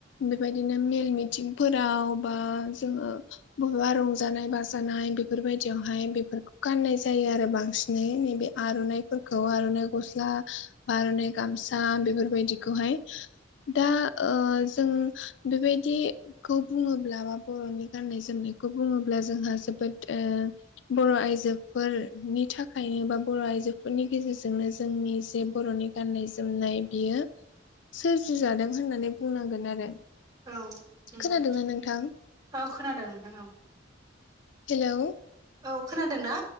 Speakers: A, on the left; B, on the right.
A: बेबायदिनो मेल मिथिंफोराव बा जोङो बबेबा रंजानाय बाजानाय बेफोरबायदियावहाय बेफोरखौ गाननाय जायो आरो बांसिन नैबे आर'नाइफोरखौ आर'नाइ गस्ला आरनाय गामसा बेफोरबायदिखौहाय दा जों बेबायदि खौ बुंङोब्ला बा बर'नि गान्नाय जोमनायखौ बुंङोब्ला जोंहा जोबोद बर' आइजोफोरनि थाखाय <unintelligible> बर' आइजोफोरनि गेजेरजोंनो जोंनि जे बर'नि गाननाय जोमनाय बियो सोरजिजादों होननानै बुंनांगोन आरो
B: औ नंगौ
A: खोनादोंना नोंथां
B: औ खोनादों नोंथां औ
A: हेलौ
B: औ खोनादों ना